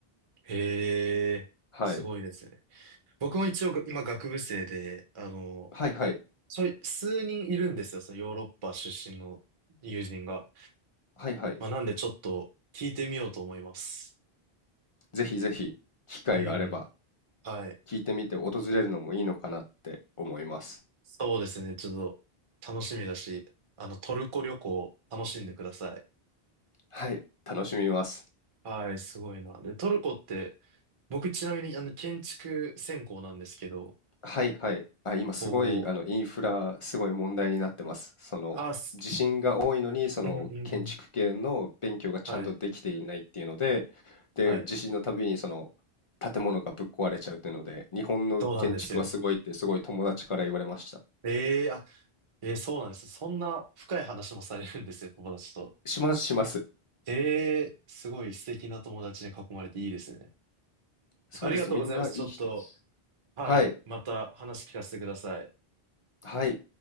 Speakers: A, on the right (about 40°); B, on the left (about 35°).
A: へえ、
B: はい、
A: すごいですね。僕も一応が今学部生で、あの、
B: はいはい、
A: ちょい、数人いるんですよ、そのヨーロッパ出身の友人が。
B: はいはい、
A: まあ、なんでちょっと聞いてみようと思います。
B: ぜひぜひ機会があれば
A: うん。はい。
B: 聞いてみて訪れるのもいいのかなって思います。
A: そうですね、ちょっと楽しみだし、あの、トルコ旅行楽しんでください。
B: はい、楽しみます。
A: はい、すごいな。で、トルコって、僕ちなみにあの、建築専攻なんですけど、
B: はいはい。あ、今すごい、
A: こう、
B: あの、インフラ、すごい問題になってます。その、
A: あ、す
B: 地震が多いのに、その、
A: うんうんうん。
B: 建築系の勉強がちゃんとできていないっていうので、
A: はい、
B: で、
A: はい。
B: 地震のたびに、その、建物がぶっ壊れちゃうっていうので、日本の建築はすごいって、
A: そうなんですよ。
B: すごい友達から言われました。
A: えええーそうなんです。そんな深い話もされるんですよ、友達と。
B: します、します。
A: えー、すごい素敵な友達に囲まれていいですね。
B: そうです。
A: ありがとうございます。
B: みんないい人です。
A: ちょっと、はい、
B: はい。
A: また話聞かせてください。
B: はい。